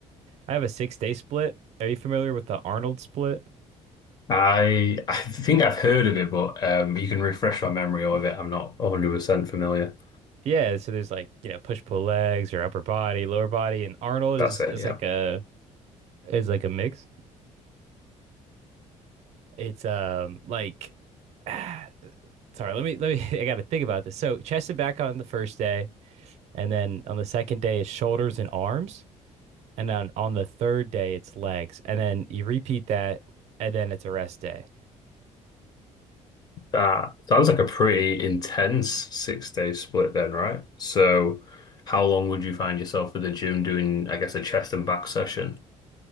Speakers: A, on the right; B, on the left.
A: I have a six day split. Are you familiar with the Arnold split?
B: I I think I've heard of it, but um, you can refresh my memory of it. I'm not 100% familiar.
A: Yeah, so there's like, you know, push pull legs or upper body, lower body, and Arnold
B: That's
A: is
B: it,
A: is
B: yeah.
A: like a is like a mix. It's um like <sighs> sorry, let me let me <laughs> I gotta think about this. So chest and back on the first day, and then on the second day it's shoulders and arms. And then on the third day, it's legs. And then you repeat that, and then it's a rest day.
B: That sounds like a pretty intense six day split then, right? So how long would you find yourself at the gym doing, I guess, a chest and back session?